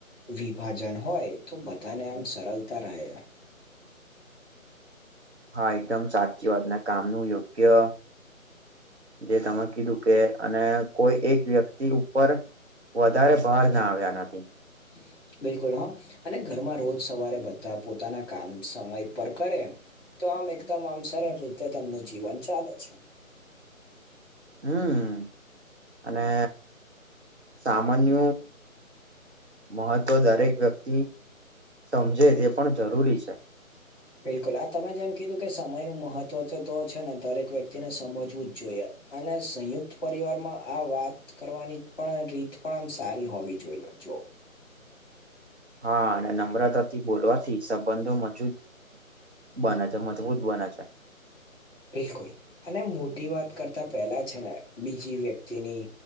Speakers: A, on the left (about 15°); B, on the right (about 50°).
A: વિભાજન હોય, તો બધાને આમ સરળતા રહે.
B: હા, એકદમ સાચી વાત. અને કામનું યોગ્ય જે તમે કે, અને કોઈ એક વ્યક્તિ ઉપર વધારે ભાર ના આવે. આનાથી
A: હમ. બિલકુલ, હા. અને ઘરમાં રોજ સવારે બધા પોતાના કામ સમય પર કરે. તો આમ એકદમ આમ સરળ રીતે તેનું જીવન ચાલે છે.
B: હમ, અને સામાન્ય મહત્વ દરેક વ્યક્તિ સમજે તે પણ જરૂરી છે.
A: બિલકુલ, આ તમે જેમ કીધું કે, સમયનું મહત્વ તો છે ને દરેક વ્યક્તિને સમજવું જ જોઈએ. અને સંયુક્ત પરિવારમાં, આ વાત કરવાની પણ રીત પણ આમ સારી હોવી જોઈએ, જો.
B: હા, અને નમ્રતાથી બોલવાથી સંબંધો મજબૂત બને છે, મજબૂત બને છે.
A: બિલકુલ, અને મોટી વાત કરતા પેલા છે ને, બીજી વ્યક્તિની